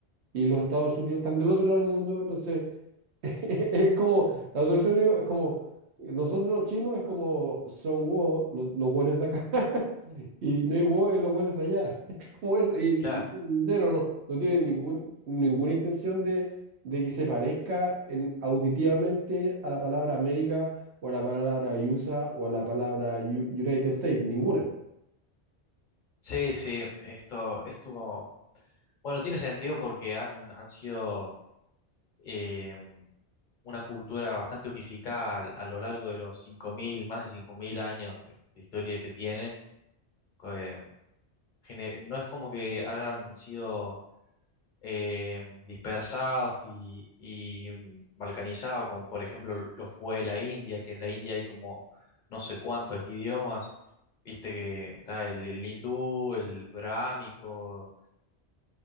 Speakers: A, on the right; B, on the left.
A: y los Estados Unidos están del otro lado del mundo. Entonces, <laughs> es como, la traducción de ellos es como, eh, nosotros los chinos es como son los, los hueones de acá. <laughs> Y Make War es los buenos de allá. <laughs> Como eso. Y,
B: claro.
A: y- y cero, no. No tiene ningún, ninguna intención de, de que se parezca en, auditivamente a la palabra América o a la palabra USA o a la palabra U- United States. Ninguna.
B: Sí, sí, esto estuvo... Bueno, tiene sentido porque han, han sido eh, una cultura bastante unificada a, a lo largo de los 5.000 más de 5.000 años de, de historia que tienen. co- eh, gene- no es como que hayan sido eh, dispersados y, y balcanizados, como por ejemplo lo fue la India, que en la India hay como no sé cuántos idiomas. Viste que está el, el hindú, el brámico,